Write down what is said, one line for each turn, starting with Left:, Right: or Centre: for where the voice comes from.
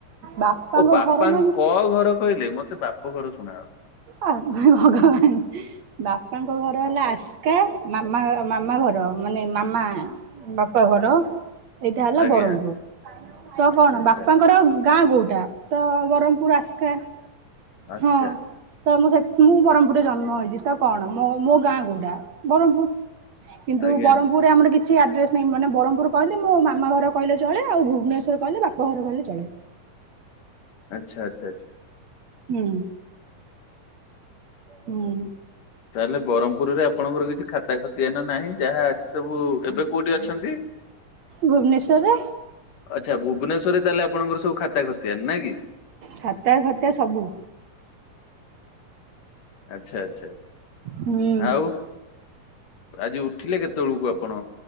Right: ବାପାଙ୍କ
Left: ଓ ବାପାଙ୍କ
Right: ଘର ମାନେ
Left: ଘରକୁ କହିଲେ ମତେ ବାପ ଘର ଶୁଣା ଗଲା।
Right: ଅ ଭଗବାନ ବାପାଙ୍କ ଘର ହେଲା ଆସ୍କା ମାମା ମାମା ଘର ମାନେ ମାମା ବାପା ଘର ଏଇଟା ହେଲା
Left: ଆଜ୍ଞା
Right: ବ୍ରହ୍ମପୁର ତ କଣ
Left: ଆଚ୍ଛା।
Right: ବାପାଙ୍କର ଗାଁ କୋଉଟା ତ ବ୍ରହ୍ମପୁର। ପୁର ଆସ୍କା
Left: ଆସ୍କା
Right: ହଁ ତ ମୁଁ ମୁଁ ବ୍ରହ୍ମପୁରରେ ଜନ୍ମ ହେଇଛି ତ କଣ ମୋ ମୋ ଗାଁ କୋଉଟା ବ୍ରହ୍ମପୁର। କିନ୍ତୁ
Left: ଆଜ୍ଞା
Right: ବ୍ରହ୍ମପୁରରେ ଆମର କିଛି କିଛି ଆଡ୍ରେସ୍ ନାହିଁ ମାନେ ବ୍ରହ୍ମପୁର କହିଲେ ମୋ ମାମା ଘର କହିଲେ ଚଳେ ଆଉ ଭୁବନେଶ୍ୱର କହିଲେ ବାପା ଘର କହିଲେ ଚଳେ।
Left: ଆଛା ଆଚ୍ଛା ଆଛା।
Right: ହୁଁ ହୁଁ।
Left: ତାହେଲେ ବ୍ରହମପୁରରେ ଆପଣଙ୍କର କିଛି ଖାତା ଖତି ଆନ ନାହିଁ ଯାହା ଅଛି ସବୁ ଏବେ କୋଉଠି ଅଛନ୍ତି?
Right: ଭୁବନେଶ୍ୱରରେ
Left: ଆଚ୍ଛା ଭୁବନେଶ୍ଵରରେ ତାହେଲେ ଆପଣଙ୍କର ସବୁ ଖାତା ଖତିଆନ ନାଇଁ କି?
Right: ଖାତା ଖତା ସବୁ।
Left: ଆଚ୍ଛା ଆଚ୍ଛା
Right: ହୁଁ
Left: ଆଉ ଆଜି ଉଠିଲେ କେତେବେଳକୁ ଆପଣ?